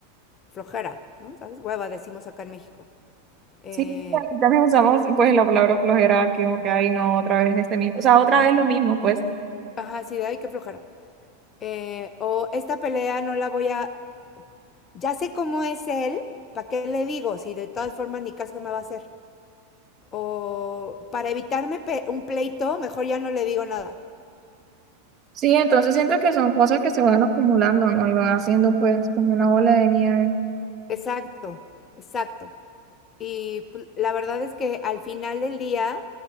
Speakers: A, on the left (about 25°); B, on the right (about 25°).
A: flojera, ¿no? ¿Sabes? Hueva, decimos acá en México. Eh,
B: Sí, también usamos pues la palabra flojera que como que ay no, otra vez este mismo, o sea, otra vez lo mismo, pues.
A: ajá, sí, ay, qué flojera. eh, o esta pelea no la voy a, ya sé cómo es él, ¿para qué le digo? Si de todas formas ni caso me va a hacer. O para evitarme pe- un pleito, mejor ya no le digo nada.
B: Sí, entonces siento que son cosas que se van acumulando, ¿no? Y van haciendo pues como una bola de nieve.
A: Exacto, exacto. Y pues, la verdad es que al final del día